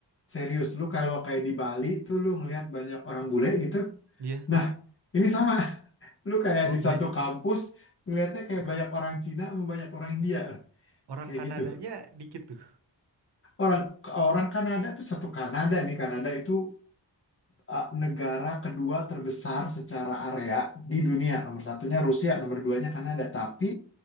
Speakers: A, on the left; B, on the right.
A: Serius, lu kalau kayak di Bali tuh lu ngelihat banyak orang bule gitu.
B: iya.
A: Nah, ini sama Lu kayak
B: Oh,
A: di
B: banyak
A: satu kampus ngeliatnya kayak banyak orang Cina sama banyak orang India
B: orang
A: kayak
B: Kanadanya
A: gitu.
B: dikit tuh.
A: Orang orang Kanada tuh satu Kanada nih Kanada itu uh, negara kedua terbesar secara area di dunia. Nomor satunya Rusia, nomor duanya Kanada. Tapi